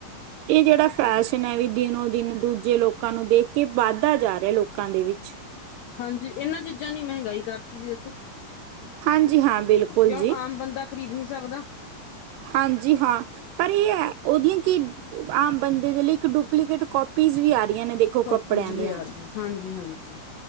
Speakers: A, on the right; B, on the left.
A: ਇਹ ਜਿਹੜਾ ਫੈਸ਼ਨ ਹੈ ਵੀ ਦਿਨੋ ਦਿਨ ਦੂਜੇ ਲੋਕਾਂ ਨੂੰ ਦੇਖ ਕੇ ਵੱਧਾ ਜਾ ਰਿਹਾ। ਲੋਕਾਂ ਦੇ ਵਿੱਚ
B: ਹਾਂਜੀ ਇਹਨਾਂ ਚੀਜ਼ਾਂ ਨੀ ਮਹਿੰਗਾਈ ਕਰਤੀ ਜ ਦੇਖੋ।
A: ਹਾਂਜੀ ਹਾਂ ਬਿਲਕੁਲ
B: ਕਿਉਂ
A: ਜੀ
B: ਆਮ ਬੰਦਾ ਖ਼ਰੀਦ ਨ ਸਕਦਾ।
A: ਹਾਂਜੀ ਹਾਂ ਪਰ ਇਹ ਹੈ ਉਹਦੀਆਂ ਕਿ। ਆਮ ਬੰਦੇ ਦੇ ਲਈ ਇੱਕ ਡੁਪਲੀਕੇਟ ਕਪੀਜ਼ ਵੀ ਆ ਰਹੀਆਂ ਨੇ ਦੇਖੋ
B: ਕੋਪੀਜ਼
A: ਕੱਪੜਿਆਂ ਦੀਆਂ।
B: ਵੀ ਆ ਰਹੀਆਂ ਹਾਂਜੀ ਹਾਂਜੀ।